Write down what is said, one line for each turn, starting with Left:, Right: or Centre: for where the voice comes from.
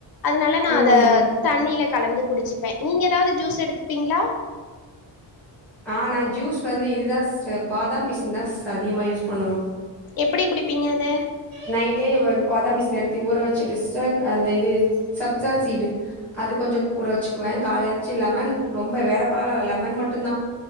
Left: அதனால நா
Centre: ம்
Left: அத தண்ணில கலந்து குடிச்சிப்பே நீங்க ஏதாவ்து ஜூஸ் எடுத்துப்பீங்ளா
Centre: ஆ நா ஜூஸ் வந்து இதுதா சிஸ்டர் பாதாம் பிசின் தா சிஸ்டர் அதிகமாக யூஸ் பண்ணுவ
Left: எப்டி குடிப்பீங்க அத
Centre: நைட்டே இவப் பதாம் பிசின் எடுத்தி ஊற வச்சுட்டு சிஸ்டர் அந்த இது சப்ஜா சீடு அது கொஞ்சோ கூற வச்சுக்குவே கால்ல எச்சி லெமன் ரொம்ப வேற பழோலால்ல லெமன் மட்டுந்தா